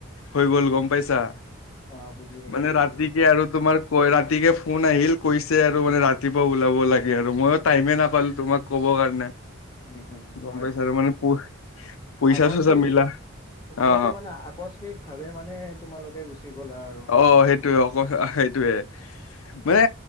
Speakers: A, on the left; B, on the left.
A: হৈ গল গম পাইছা
B: অ বুজি পাইছ
A: মানে
B: বুজি
A: ৰাতিকে
B: পছ
A: আৰু তোমাৰ ক ৰাতিকে ফোন আহিল কৈছে আৰু মানে ৰাতিপুৱা ওলাব লাগে আৰু মইো টাইমে নাপালো তোমাক ক'ব কাৰণে
B: উম উম
A: গম
B: হয়
A: পাইছা
B: হয়
A: আৰু মানে প পইচা
B: আকস্মিক
A: চইচা মিলা
B: তোমালোকে
A: অ
B: মানে আকস্মিক ভাৱে মানে তোমালোকে গু চি গ'লা আৰু
A: অ সেইটোয়ে অক
B: অ',
A: সেইটোয়ে মানে